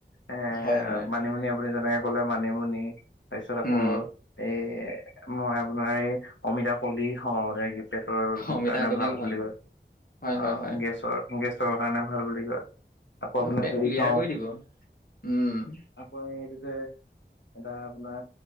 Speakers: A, on the left; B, on the left.
A: এ
B: হয় হয়
A: মানিমুনি আপুনি যেনেকে ক'লে মানিমুনি, তাৰ পিছত আকৌ
B: উম
A: এই মই আপোনাৰ এই অমিতা কলি খাওঁ আগতে পেটৰ
B: অমিতা
A: কাৰণে
B: কলিও
A: ভাল বুলি কয়,
B: হয়
A: অ',
B: হয় হয়
A: গেছৰ গেছৰ কাৰণে ভাল বুলি কয়। আকৌ আপোনাৰ
B: আৰু পেট
A: হেৰি
B: ক্লিয়াৰ
A: খাওঁ
B: কৰি দিব, উম।
A: আকৌ এইটো যে, এটা আপোনাৰ